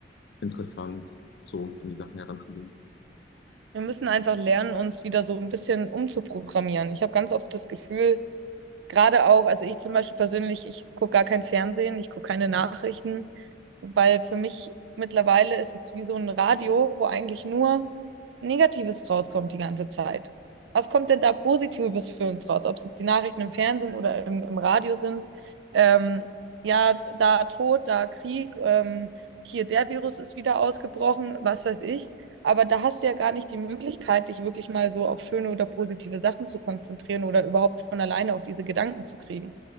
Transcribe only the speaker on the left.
interessant, so an die Sachen heranzugehen.